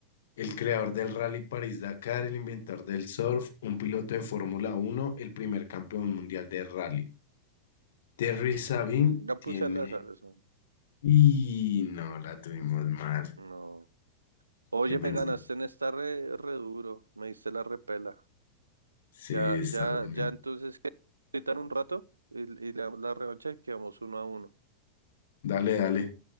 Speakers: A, on the left (about 60°); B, on the right (about 80°).
A: El creador del Rally París-Dakar, el inventor del surf, un piloto de Fórmula Uno, el primer campeón mundial de rally. Terry Sabin
B: La
A: tiene.
B: puse al azar, eso.
A: Y no, la tuvimos mal.
B: No. Oye,
A: Yo pensé,
B: me ganaste en esta re, re duro, me diste la repela.
A: sí,
B: Ya,
A: está
B: ya,
A: buena.
B: ya, entonces, ¿qué? quitan un rato y, y le damos la revancha y quedamos uno a uno.
A: Dale, dale,